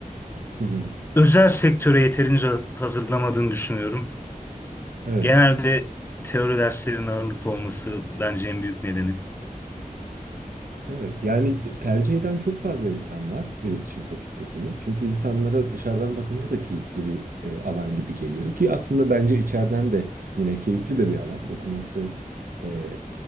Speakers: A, on the right (about 75°); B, on the left (about 15°).
A: Hı hı.
B: Özel sektöre yeterince hazırlamadığını düşünüyorum.
A: Evet.
B: Genelde teori derslerinin ağırlıklı olması bence en büyük nedeni.
A: Evet, yani e, tercih eden çok fazla insan var iletişim fakültesini. Çünkü insanlara dışarıdan bakınca da keyifli bir e, alan gibi geliyor ki aslında bence içeriden de yine keyifli de bir alan. Okuması e,